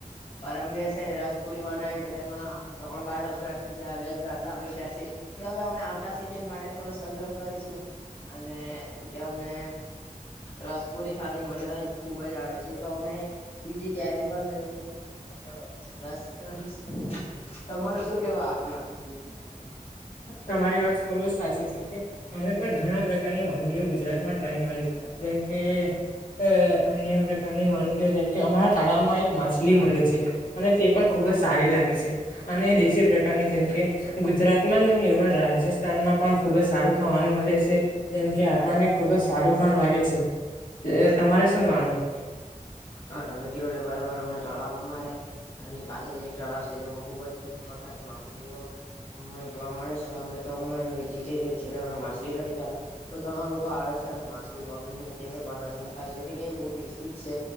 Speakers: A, on the left; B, on the left.
A: પરમ દિવસેને રસપુરી બનાવી તો તેમાં ત્રણ બાટલા પૂરા થઈ ગયા હવે બેજ બાટલા વચ્યા છે કે હવે અમે આવતા સીઝન માટે થોડો સંગ્રહ કરીશું અને તેમને રસપુરી ખાવાની મજા ખુબ જ આવે છે તો અમે બીજી કેરી પણ લઈને
B: <unintelligible>
A: રસ કાઢી શું તમારું શું કેવુ આ બાબત માં
B: <unintelligible> તમારી વાત ખુબ જ સાચી છે, કે અમે પણ ઘણા પ્રકારની વાનગીઓ ગુજરાતમાં ટ્રાય મારી જેમ કે અ અન્ય પ્રકારની વાનગીઓ જેમ કે અમારા તળાવમાં એક માછલી મળે છે. અને તે પણ ખુબ જ સારી લાગે છે, અને
A: હમ
B: દેશી પ્રકારની જેમ કે ગુજરાત ન નહીં પણ રાજસ્થાનમાં પણ ખુબ જ સારું ખાવાનું મળે છે. જેમ કે આપણને ખુબ જ સારું પણ લાગે છે, તમારે શું માનવું?
A: હા તમે કેધુ એ બરાબર અમને તળાવ મારે ઘરની પાસે જ એક તળાવ છે, જેમાં ખુબ જ ઘણી પ્રકારની માછલીઓ હમને જોવા મળે છે, અમે તો હમને વેજીટેરિયન છેને અમે માછલી નથી ખાધા પણ ઘણા લોકો આવે છે, અને માસ્લી પકડીને તે બનાવીને ખાય છે, એટ કે બહુ ટેસ્ટી છે.